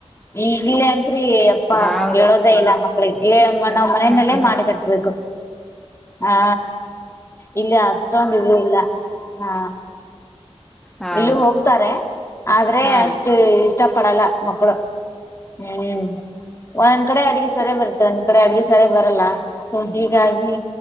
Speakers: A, on the left; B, in the centre.
A: ಈ <unintelligible> ರೀ ಅಪ್ಪಾ
B: ಹೌದು
A: ಹೇಳೋದೇ ಇಲ್ಲ ಮಕ್ಳಿಗೆಲ್ಲಂಗ
B: ಹಾ
A: ನಾವ್ ಮನೆಯಲ್ಲೇ
B: ಹಾ ಹಾ
A: ಮಾಡಿ ಕಟ್ಬೇಕು. ಹಾ ಇಲ್ಲಿ ಅಷ್ಟ್ರಂದು ಇದು ಇಲ್ಲ. ಹಾ
B: ಹೌದು
A: ಇಲ್ಲೂ ಹೋಗ್ತಾರೆ ಆದ್ರೆ
B: ಹಾ
A: ಅಷ್ಟು ಇಷ್ಟ ಪಡಲ್ಲ ಮಕ್ಕಳು ಹ್ಮ್ ಒಂದ್ ಕಡೆ ಅಡ್ಗೆ ಸರಿ ಬರ ಒಂದ್ ಕಡೆ ಅಡ್ಗೆ ಸರಿ ಬರಲ್ಲ ಹೀಗಾಗಿ.